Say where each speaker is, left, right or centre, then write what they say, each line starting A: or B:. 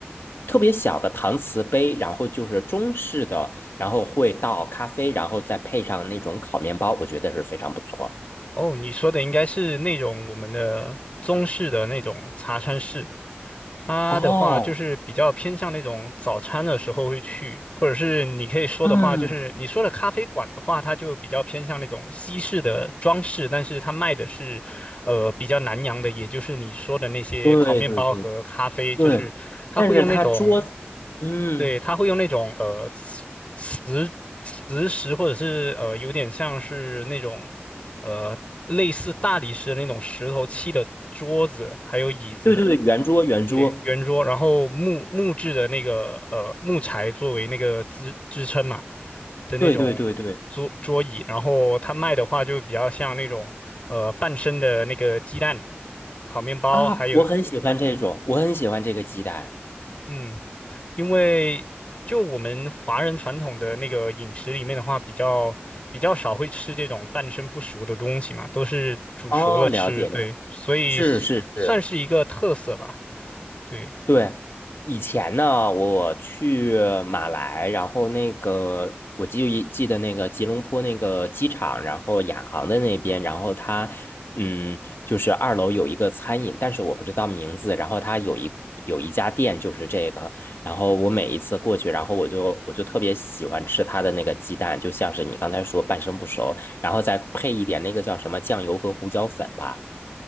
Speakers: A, on the left; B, on the left.
A: 特别小的搪瓷杯，然后就是中式的，然后会倒咖啡，然后再配上那种烤面包，我觉得是非常不错。
B: 哦，你说的应该是那种我们的中式的那种茶餐式。它的话就是比较偏向那种早餐的时候会去，
A: 哦，
B: 或者是你可以说的话，
A: 嗯，
B: 就是你说的咖啡馆的话，它就比较偏向那种西式的装饰，但是它卖的是，呃，比较南洋的，也就是你说的那些烤面包和咖啡，
A: 对对对
B: 就是它会用那种，
A: 对，但是它桌子，嗯，
B: 对，它会用那种呃磁磁磁石，或者是呃有点像是那种呃类似大理石的那种石头砌的桌子还有椅子。
A: 对对对，圆桌圆桌，
B: 对，圆桌，然后木木质的那个呃木材作为那个支支撑嘛的那种桌桌椅，
A: 对对对对
B: 然后它卖的话就比较像那种呃半生的那个鸡蛋、烤面包，
A: 啊，
B: 还有
A: 我很喜欢这种，我很喜欢这个鸡蛋。
B: 嗯，因为就我们华人传统的那个饮食里面的话，比较比较少会吃这种半生不熟的东西嘛，都是煮熟了吃，
A: 哦，了解了解，
B: 对，所以
A: 是是是，
B: 算是一个特色吧，对。
A: 对，以前呢，我去马来，然后那个我记记得那个吉隆坡那个机场，然后亚航的那边，然后它嗯，就是二楼有一个餐饮，但是我不知道名字，然后它有一有一家店就是这个，然后我每一次过去，然后我就我就特别喜欢吃它的那个鸡蛋，就像是你刚才说半生不熟，然后再配一点那个叫什么酱油和胡椒粉吧。